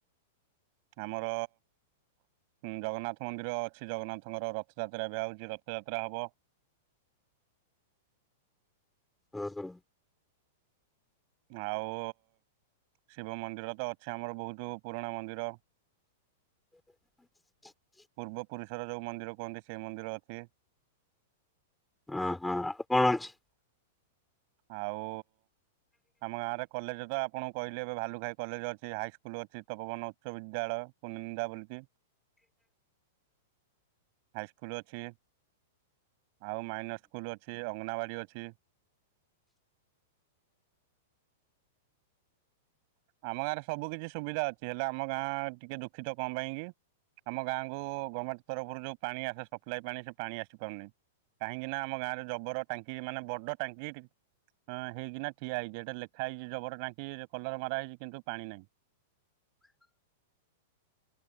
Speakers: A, on the right (about 50°); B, in the centre.
A: ଆମର ଉଁ ଜଗନ୍ନାଥ ମନ୍ଦିର ଅଛି। ଜଗନ୍ନାଥଙ୍କର ରଥଯାତ୍ରା ଏବେ ଆଉଛି ରଥଯାତ୍ରା ହବ। <inaudible>
B: ହ ହଁ।
A: ଆଉ ଶିବ ମନ୍ଦିର ତ ଅଛି ଆମର ବହୁତ୍ ପୁରୁଣା ମନ୍ଦିର।
B: <unintelligible>
A: ପୂର୍ବ ପୁରୁଷର ଯେଉଁ ମନ୍ଦିର କୁହନ୍ତି ସେହି ମନ୍ଦିର ଅଛି।
B: ଆଁ ହଁ ଆଉ କଣ ଅଛି?
A: ଆଉ ଆମ ଗାଁରେ କଲେଜେ ତ ଆପଣ କହିଲେ ଏବେ ଭାଲୁ ଖାଇ କଲେଜ ଅଛି ହାଇସ୍ ସ୍କୁଲ୍ ଅଛି ତପୋବନ ଉଚ୍ଚ ବିଦ୍ୟାଳୟ। କୁନିନ୍ଦା ବୋଲି କି। ହାଇ ସ୍କୁଲ ଅଛି ଆଉ ମାଇନର ସ୍କୁଲ ଅଛି ଅଙ୍ଗନୱାଡି ଅଛି। ଅଛି। ଆମ ଗାଁରେ ସବୁ କିଛି ସୁବିଧା ଅଛି ହେଲେ ଆମ ଗାଁ ଟିକେ ଦୁଃଖିତ କଣ ପାଇଁ କିି। ଆମ ଗାଁକୁ ଗାମେଣ୍ଟେ ତରଫରୁ ଯୋଉ ପାଣି ଆସେ ସପ୍ଲାଏ ପାଣି ସେ ପାଣି ଆସି ପାରୁନି। କାହିଁକି ନା ଆମ ଗାଁରେ ଜବର ଟାଙ୍କି ମାନେ ବଡ ଟାଙ୍କି ହଁ ହେଇକିନା ଠିଆ ହେଇଛି ଏଇଟା ଲେଖା ହେଇଛି ଜବର ଟାଙ୍କି କଲର ମରା ହେଇଛି କିନ୍ତୁ ପାଣି ନାହିଁ।